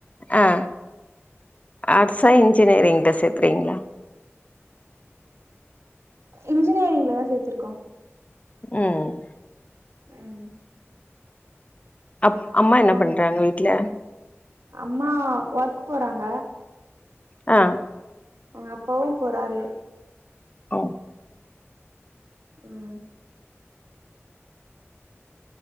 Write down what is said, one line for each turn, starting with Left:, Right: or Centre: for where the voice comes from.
Left: ஆ அர்ஷா இன்ஜினியரிங்ல சேத்திருங்களா?
Right: இன்ஜினியரிங்லத சேர்த்திருக்கோ
Left: ம்
Right: ம்
Left: அப் அம்மா
Right: அப்புறோ
Left: என்ன பண்றாங்க வீட்ல
Right: அம்மா ஒர்க் போறாங்க
Left: ஆ
Right: அப்பாவு போறாரு
Left: ஓ
Right: ம்